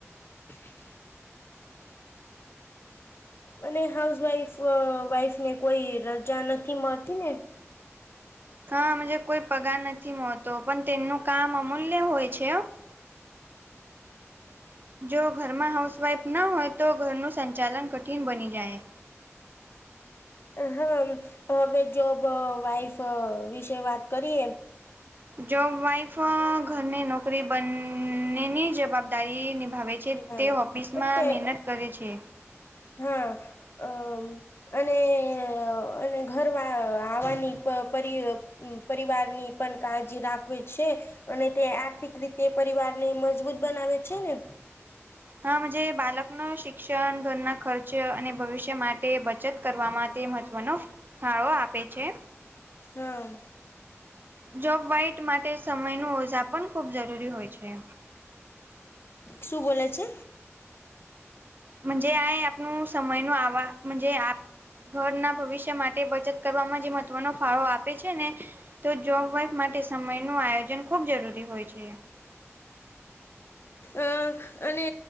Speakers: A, on the left; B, on the right.
A: હ. અને હાઉસવાઈફ વાઈફ ને કોઈ રજા નથી મળતી ને.
B: હા, મુજે કોઈ પગાર નથી મળતો, પણ તેમનું કામ અમૂલ્ય હોય છે. જો ઘરમાં હાઉસવાઈફ ના હોય, તો ઘરનું સંચાલન કઠિન બની જાય.
A: હા, હવે જોબ વાઈફ વિશે વાત કરીએ.
B: જોબ, વાઈફ ઘરની નોકરી બંનેની જવાબદારી નિભાવે. જે
A: નિભાવ
B: તે ઓફિસ માં
A: તે
B: મહેનત કરે છે.
A: હા, અ અને અને ઘર વાળ આવાની પ પરિ પરિવારની પણ કાજી રાખ છે, અને તે આર્થિક રીતે પરિવાર ને મજબૂત બનાવે છે ને.
B: હા, મન્જે બાળકનું શિક્ષણ, ઘરના ખર્ચ અને ભવિષ્ય માટે બચત. કરવા માં તે મહત્વનો ફાળો આપે છે.
A: હા
B: જોબ વાઇટ માટે સમય નું ઓઝા પણ ખુબ જરૂરી હોય છે.
A: શું બોલે છે?
B: મન્જે આ આપનું સમય નુ આવા, મન્જે આપ ઘરના ભવિષ્ય માટે, બચત કરવામાં જે મહત્વનો ફાળો આપે છે ને. તો, જોબ વાઈફ માટે સમય નું આયોજન ખુબ જરૂરી હોય છે.
A: અ અને